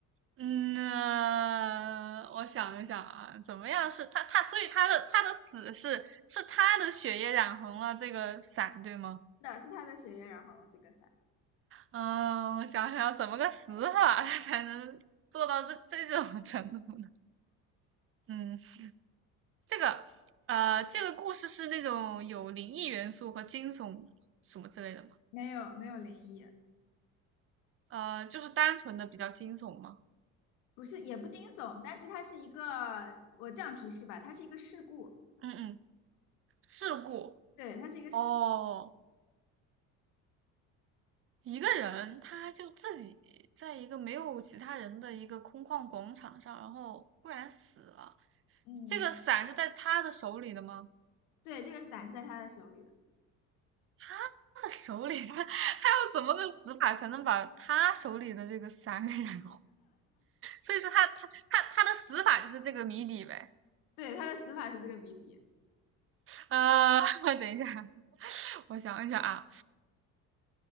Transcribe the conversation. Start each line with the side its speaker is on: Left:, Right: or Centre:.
Right: 嗯，呃我想一想啊，怎么样是他他，所以他的他的死是是他的血液染红了这个伞，对吗？
Left: 是的，是他的血液染红了这个伞，
Right: 嗯，我想想怎么个死法 <laughs> 才能做到这这种程度呢？嗯，这个呃，这个故事是那种有灵异元素和惊悚什么之类的吗？
Left: 没有，没有灵异，
Right: 呃，就是单纯的比较惊悚吗？
Left: 不是，也不惊悚，但是它是一个，我这样提示吧，它是一个事故，
Right: 嗯嗯，事故
Left: 对，它是一个事，
Right: 哦。一个人他就自己在一个没有其他人的一个空旷广场上，然后忽然死了。
Left: 嗯，
Right: 这个伞是在他的手里的吗？
Left: 对，这个伞是在他的手里的，
Right: 他的手里，他他要怎么个死法才能把他手里的这个伞给燃所以说他他他他的死法就是这个谜底呗。
Left: 对，他的死法是这个谜底，
Right: 呃，<laughs> 等一下，我想一想啊。